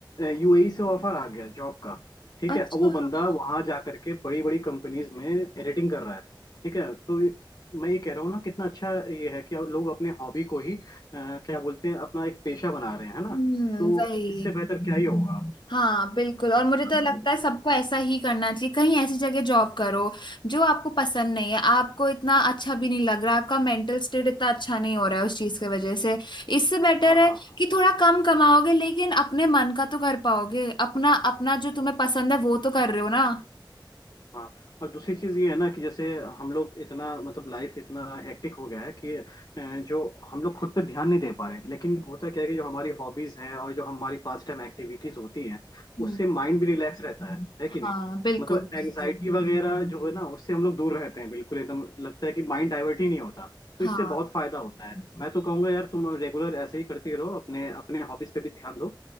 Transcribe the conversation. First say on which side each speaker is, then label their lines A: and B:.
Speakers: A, on the left (about 50°); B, on the left (about 70°).
A: यूएई से ऑफर आ गया जॉब का ठीक
B: अच्छा
A: है अब वो बंदा वहां जा करके बड़ी बड़ी कंपनीज में एडिटिंग कर रहा है ठीक है तो मैं ये कह रहा हूँ ना कितना अच्छा ये है कि लोग अपने हॉबी को ही अ, क्या बोलते हैं अपना एक पेशा बना रहे हैं है ना
B: हम्म
A: तो
B: वही
A: इससे बेहतर क्या ही होगा
B: हाँ बिल्कुल और मुझे तो
A: हाँ
B: लगता है सबको ऐसा ही करना चाहिए कहीं ऐसी जगह जॉब करो जो आपको पसंद नहीं है आपको इतना अच्छा भी नहीं लग रहा आपका मेंटल स्टेट इतना अच्छा नहीं हो रहा है उस चीज की वजह से इससे बेटर
A: हाँ
B: है
A: हाँ
B: कि थोड़ा कम कमाओगे लेकिन अपने मन का तो कर पाओगे अपना अपना जो तुम्हें पसंद है वो तो कर रहे हो ना
A: हाँ और दूसरी चीज ये है ना कि जैसे हम लोग इतना मतलब लाइफ इतना हेक्टिक हो गया है कि अ, जो हम लोग खुद पे ध्यान नहीं दे पा रहे लेकिन होता क्या है कि जो हमारी हॉबीज हैं और जो हमारी पास टाइम एक्टिविटीज होती हैं
B: हम्म
A: उससे माइंड भी रिलैक्स रहता है है कि
B: हाँ
A: नहीं
B: बिल्कुल
A: मतलब एंग्जाइटी
B: बिल्कुल
A: वगैरह जो है ना उससे हम लोग दूर रहते हैं बिल्कुल एकदम लगता है कि माइंड डाइवर्ट ही नहीं होता तो
B: हाँ
A: इससे बहुत फायदा होता है मैं तो कहूंगा यार तुम रेगुलर ऐसे ही करती रहो अपने अपने हॉबीज पे भी ध्यान दो